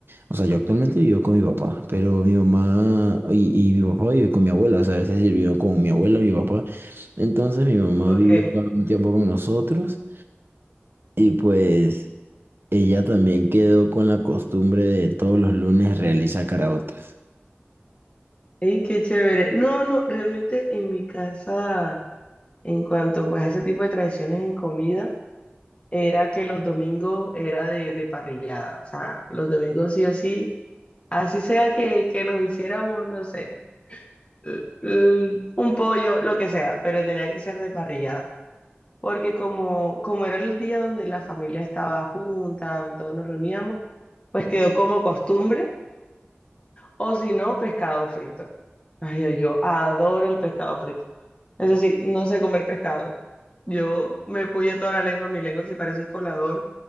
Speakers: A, on the right (about 65°); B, on the left (about 30°).
A: O sea, yo actualmente vivo con mi papá, pero mi mamá y, y mi papá vive con mi abuela. O sea, a veces sí vivo con mi abuela, mi papá. Entonces mi mamá
B: Ok.
A: vivió acá un tiempo con nosotros. Y pues ella también quedó con la costumbre de todos los lunes realizar caraotas.
B: Ey, qué chévere. No, no, realmente en mi casa, en cuanto pues a ese tipo de tradiciones en comida, era que los domingos era de, de parrillada. O sea, los domingos sí o sí, así sea que, que nos hiciéramos, no sé, l- l- un pollo, lo que sea, pero tenía que ser de parrillada. Porque como, como era el día donde la familia estaba junta, donde todos nos reuníamos, pues quedó como costumbre. O si no, pescado frito. Ay, yo yo adoro el pescado frito. Eso sí, no sé comer pescado. Yo me puyo toda la lengua, mi lengua se parece un colador.